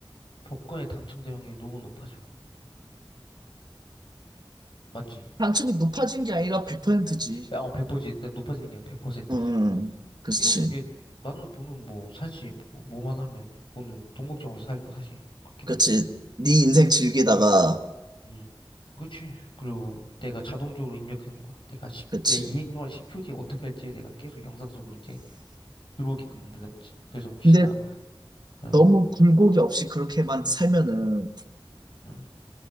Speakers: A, on the left (about 70°); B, on the right (about 50°).
A: 복권에 당첨될 확률이 너무 높아져 맞지?
B: 당첨이 높아진 게 아니라 100%지.
A: 야, 어, 100%지 높아지는 게 아니라 100%지
B: 응. 응. 그렇지.
A: 이러면 이제 나는 돈은 뭐 사실 뭐, 뭐만 하면 돈은 돈 걱정 없이 살고 사실 그렇게
B: 그렇지.
A: 되면
B: 네 인생 즐기다가,
A: 음 그치 그리고 내가 자동적으로 입력하는 거야 내가 십
B: 그렇지.
A: 내 이 행동한 10초 뒤에 어떻게 할지 내가 계속 영상 속으로 이제 들어오게끔 만드는 거지 그래서 혹시나
B: 근데
A: 응,
B: 너무 굴곡이 없이 그렇게만 살면은
A: 응,